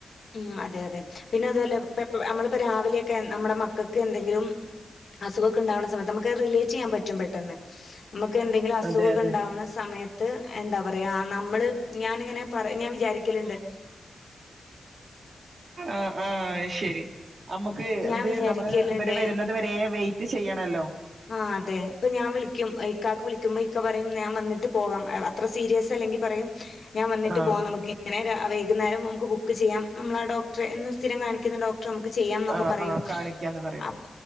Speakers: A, on the left; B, on the right.
A: ഉ അതെ അതെ പിന്നെ അതുപോലെ ഇ നമ്മളിപ്പോ രാവിലെ നമ്മുടെ മക്കൾക്ക് എന്തെങ്കിലും അസുഖൊക്കെ ഉണ്ടാവുന്ന സമയത്ത് നമുക്ക് റിലേറ്റ് ചെയ്യാൻ പറ്റും പെട്ടെന്ന് നമുക്ക് എന്തെങ്കിലും അസുഖൊക്കെ
B: അതെ അതെ
A: ഉണ്ടാവുന്ന സമയത്ത് എന്താ പറയാ നമ്മള് ഞാാനിങ്ങനെ പറ ഞാൻ വിചാരിക്ക ലണ്ട്
B: ആഹ ആഹ ശരി നമ്മുക്ക്
A: ഞാൻ
B: ഇത്
A: വിചാരിക്കലുണ്ട്
B: നമ്മള് അവര് വരുന്നത് വരെ വെയിറ്റ് ചെയ്യണല്ലോ
A: ആ അതെ ഇപ്പൊ ഞാൻ വിളിക്കും ക്കാക്ക് വിളിക്കും പ ഇക്ക പറയും ഞാൻ വന്നിട്ട് പോകാം അത്ര സീരിയസ് അല്ലെങ്കിൽ പറയും ഞാൻ വന്നിട്ട്
B: ആഹ്
A: പോകാം നമുക്ക്ങ്ങനെ വൈകുന്നേരം നമുക്ക്ക്ക് ചെയാം നമ്മുടെ ഡോക്റെ എന്ന് സ്ഥിരം കാണിക്കുന്ന ഡോക്ടർ നമ്മക്ക് ചെയ്യാനൊക്കെ
B: ആഹ്
A: പറയും
B: ആഹ് കാണിക്കാന്ന് പറയും
A: അ